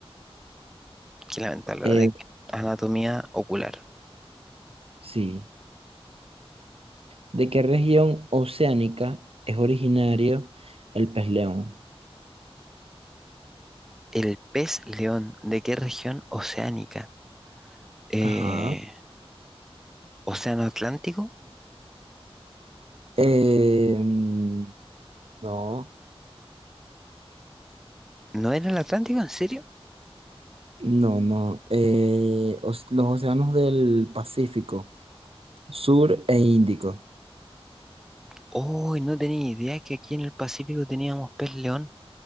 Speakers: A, in the centre; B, on the right (about 65°).
A: que lamentarlo,
B: Em,
A: de anatomía ocular.
B: sí. ¿De qué región oceánica es originario el pez león?
A: El pez león, ¿de qué región oceánica? Eh,
B: Ajá.
A: ¿Océano Atlántico?
B: Em, no.
A: ¿No era el Atlántico? ¿En serio?
B: No, no. eh, os- los océanos del Pacífico, Sur e Índico.
A: Uy, no tenía idea que aquí en el Pacífico teníamos pez león.